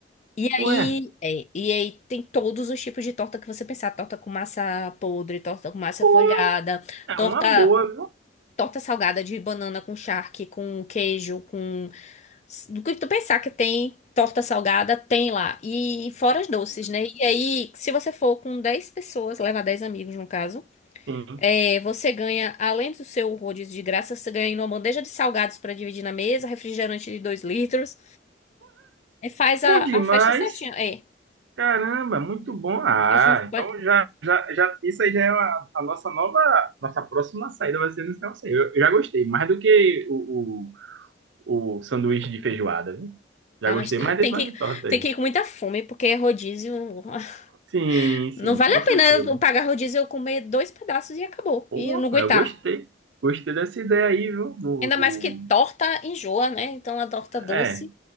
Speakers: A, on the left (about 35°); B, on the right (about 75°).
A: E aí,
B: ué,
A: é, e aí tem todos os tipos de torta que você pensar. Torta com massa podre, torta com massa
B: pô,
A: folhada,
B: é
A: torta
B: uma boa, viu?
A: torta salgada de banana com charque, com queijo, com. Do que tu pensar que tem torta salgada, tem lá. E fora os doces, né? E aí, se você for com 10 pessoas, levar 10 amigos no caso,
B: Sim.
A: é, você ganha, além do seu rodízio de graça, você ganha uma bandeja de salgados pra dividir na mesa, refrigerante de 2 litros. E faz a,
B: Bom demais.
A: a festa certinha. É.
B: Caramba, muito bom. Ah,
A: A gente
B: então
A: pode.
B: já, já, já, isso aí já é uma- a nossa nova, nossa próxima saída vai ser nesse negócio aí. Eu, eu já gostei, mais do que o, o, o sanduíche de feijoada, viu? Já
A: Ah,
B: gostei
A: mas te-
B: mais
A: tem
B: desse nome
A: que,
B: de torta
A: tem
B: aí.
A: que ir com muita fome, porque rodízio. <laughs>
B: Sim, sim,
A: Não vale
B: com
A: a pena
B: certeza.
A: eu pagar rodízio, e eu comer dois pedaços e acabou.
B: Pô,
A: E eu não aguentar.
B: mas eu gostei. Gostei dessa ideia aí, viu? Do,
A: Ainda
B: do...
A: mais que torta enjoa, né? Então a torta doce.
B: É.